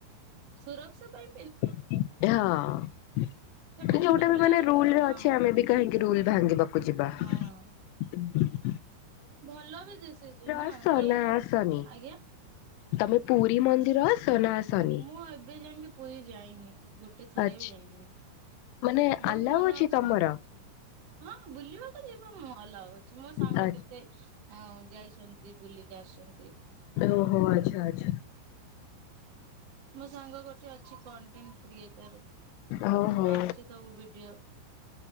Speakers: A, on the right; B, on the left.
A: ସୁରକ୍ଷା ପାଇ
B: ହଁ।
A: ଛୋଟ ଛୋଟ
B: ଯଉଟା ବି
A: ପିଲା
B: ମାନେ ରୁଲ୍
A: ପିନ୍ଧ
B: ରେ
A: ହଁ
B: ଅଛି। ଆମେ ବି କାହିଁକି ରୁଲ୍ ଭାଙ୍ଗିବାକୁ ଯିବା। ହୁଁ।
A: ହଁ ଭଲ ବି ଦିଶିଛି। ନା
B: ଆସ
A: କେହି
B: ନା ଆସନି?
A: ଆଜ୍ଞା।
B: ତମେ ପୁରୀ ମନ୍ଦିର ଆସ ନା ଆସନି?
A: ମୁଁ ଏବେ ଯାଇକି ପୁରୀ ଯାଇନି। ଗୋଟେ ଥରେ
B: ଆଛା
A: ବି ଯାଇନି।
B: ମାନେ
A: ବହୁତ
B: ଆଲାଉ
A: ମନ ଅଛି।
B: ତମର?
A: ମ ହଁ ବୁଲିବାକୁ ଯିବ ମଲ। ମୋ ସାଙ୍ଗ
B: ଆ
A: କେତେ ଯାଇଛନ୍ତି। ବୁଲିକି ଆସୁଛନ୍ତି।
B: ଓ ହୋ ଆଚ୍ଛା ଆଚ୍ଛା।
A: ମୋ ସାଙ୍ଗ ଗୋଟେ ଅଛି କଣ୍ଟିନ୍। କ୍ରିଏଟର୍
B: ହଉ ହଉ
A: କରୁଛି ସବୁ ଭିଡିଓ।